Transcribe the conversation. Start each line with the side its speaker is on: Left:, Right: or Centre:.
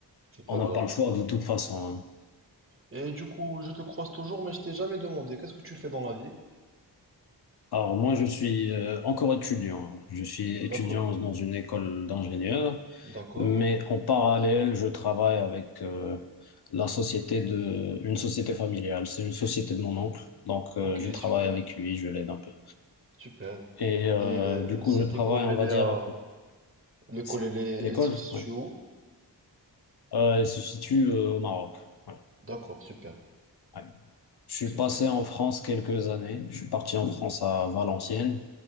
Right: c'est pas
Left: on
Right: grave.
Left: n'a pas le choix de toute façon. hein.
Right: Et du coup, je te croise toujours, mais je t'ai jamais demandé, qu'est-ce que tu fais dans la vie?
Left: Alors moi, je suis euh, encore étudiant. hein. Je suis étudiant
Right: D'accord,
Left: dans une école d'ingénieur,
Right: d'accord.
Left: mais en parallèle, je travaille avec euh, la société de, une société familiale. C'est une société de mon oncle, donc
Right: Ok,
Left: euh, je travaille
Right: super,
Left: avec lui, je l'aide un peu.
Right: super.
Left: Et euh,
Right: Et euh,
Left: du coup,
Right: cette
Left: le travail,
Right: école,
Left: on
Right: elle
Left: va
Right: est
Left: dire
Right: à...
Left: un peu,
Right: L'école,
Left: c'est
Right: elle est-
Left: l'école,
Right: elle se situe
Left: oui.
Right: où?
Left: Euh, elle se situe euh, au Maroc. Voilà,
Right: D'accord, super,
Left: ouais. Je
Right: super,
Left: suis passé en France quelques années. Je suis parti en France à Valenciennes